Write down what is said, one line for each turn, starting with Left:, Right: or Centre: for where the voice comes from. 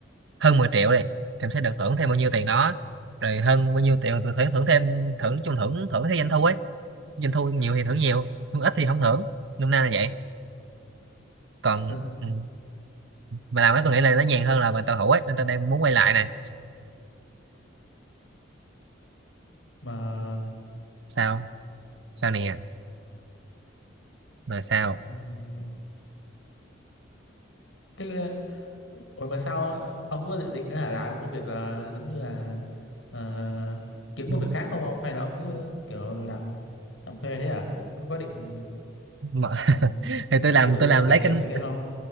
Right: hơn 10 triệu đi thì ông sẽ được thưởng thêm bao nhiêu tiền đó rồi hơn bao nhiêu tiền được thưởng thưởng thêm thưởng nói chung thưởng thưởng theo doanh thu ấy doanh thu nhiều thì thưởng nhiều thưởng ít thì không thưởng năm nay là vậy còn
Left: <laughs>
Right: ừ. mà làm đó tôi nghĩ là nó nhàn hơn là mà tàu hủ ấy nên tôi đang muốn quay lại này
Left: Mà
Right: sao sao nè mà sao
Left: ừm, thế Ủa mà sao ông có dự định nữa là làm một công việc ờ, giống như là ờ, kiếm
Right: Ừ,
Left: một việc khác không ông hay là ông cứ kiểu làm làm thuê thế à? Có có định
Right: mà... <laughs>
Left: ừm,
Right: thì tôi làm
Left: tự
Right: tôi làm
Left: khởi
Right: lấy
Left: nghiệp
Right: kinh
Left: này kia không?